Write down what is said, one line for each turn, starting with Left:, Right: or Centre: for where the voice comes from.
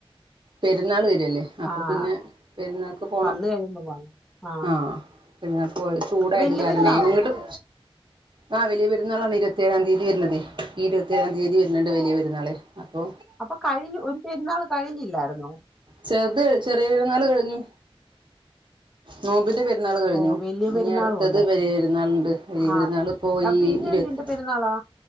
Right: പെരുന്നാൾ വര ഇല്ലല്ലേ അപ്പൊ
Centre: ആഹ്
Right: പിന്നെ പെരുന്നാക്ക് പോണം
Centre: വന്ന് കഴിയുമ്പോ പോവാം ആഹ്
Right: ആ പെരുന്നാക്ക് പോ ചൂടായത്
Centre: വല്യ
Right: കാരണം
Centre: പെരുന്നാളോ
Right: എങ്ങട്ടും ആ വലിയ പെരുന്നാളാണ് ഇരുത്തേഴാം തിയ്യതി വരുന്നതേ ഈ ഇരുപത്തേഴാം തിയതി വരുന്നെ വലിയപെരുന്നാളെ അപ്പൊ
Centre: അപ്പൊ കഴിഞ്ഞു ഒരു പെരുന്നാൾ കഴിഞ്ഞില്ലായിരുന്നോ
Right: ചെർത് ചെറിയപെരുന്നാള് <unintelligible> ഉം നോമ്പിന്റെ പെരുന്നാള് കഴിഞ്ഞു
Centre: ഓ വല്യ
Right: ഇനി
Centre: പെരുന്നാളും
Right: അടുത്തത്
Centre: ഉണ്ട്
Right: ബലിയ പെരുന്നാള്ണ്ട് വലിയ
Centre: ആഹ്
Right: പെരുന്നാള് പ്പൊ
Centre: അപ്പൊ
Right: ഈ
Centre: ഇതെന്തിന്റെ
Right: ഇരുവത്തി
Centre: പെരുന്നാളാ